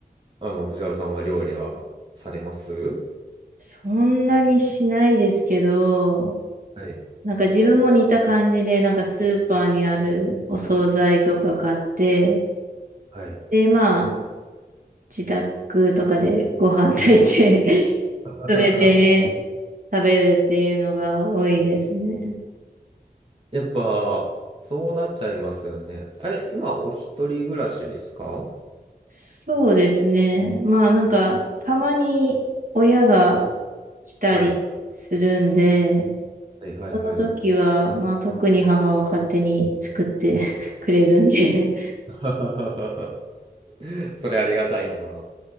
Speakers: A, on the right; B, on the right.
A: あの、藤原さんは料理はされます
B: そんなにしないですけど、
A: はい。
B: なんか自分も似た感じで、なんかスーパーにあるお惣菜とか買って、
A: はい。
B: で、まあ、自宅とかでご飯炊いて、<laughs>
A: <laughs>
B: それで食べるっていうのが多いですね。
A: やっぱ、そうなっちゃいますよね。え、今、お一人暮らしですか
B: そうですね。まあなんか、たまに親が来たりするんで、
A: はい。はいはいはい。
B: その時は、まあ特に母は勝手に作って <laughs> くれるんで <laughs>
A: <laughs> それありがたいな。